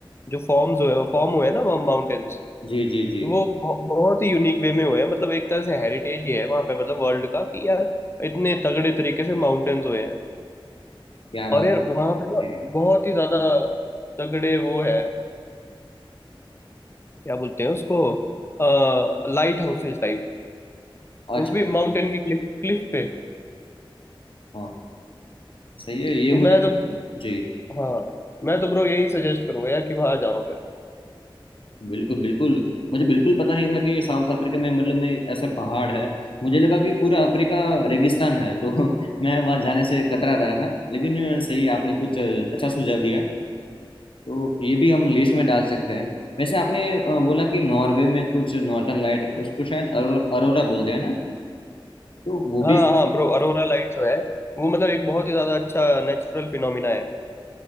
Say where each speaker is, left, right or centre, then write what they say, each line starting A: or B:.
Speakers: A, on the left; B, on the left.
A: जो फॉर्म्स हुए फॉर्म हुए हैं ना माउंटेन्स
B: जी जी जी
A: तो वो बहु- बहुत ही यूनिक वे में हुए हैं मतलब एक तरह से हेरिटेज ही है वहाँ पे मतलब वर्ल्ड का कि यार इतने तगड़े तरीके से माउंटेन्स हुए हैं
B: क्या
A: और
B: बात
A: यार वहाँ पे ना
B: जी
A: बहुत ही ज्यादा तगड़े वो है क्या बोलते हैं उसको लाइट हाउसेस टाइप
B: अच्छा
A: वो भी माउंटेन की क्लिफ क्लिफ पे
B: हाँ सही है ये
A: तो
B: मुझे
A: मैं तो
B: जी
A: हाँ मैं तो ब्रो यही सजेस्ट करूंगा यार कि वहां जाओ फिर
B: बिल्कुल बिल्कुल मुझे बिल्कुल पता नहीं था कि ये साउथ अफ्रीका में मतलब में ऐसे पहाड़ है मुझे लगा कि पूरा अफ्रीका रेगिस्तान है तो <laughs> मैं वहाँ जाने से कतरा रहा था लेकिन सही आपने कुछ अच्छा सुझाव दिया तो ये भी हम लिस्ट में डाल सकते हैं वैसे आपने अ, बोला कि नॉर्वे में कुछ नॉर्दर्न लाइट उसको शायद अरोरा बोलते हैं ना तो वो भी
A: हाँ हाँ ब्रो अरोरा लाइट्स जो है वो मतलब एक बहुत ही ज्यादा अच्छा नेचुरल फिनोमिना है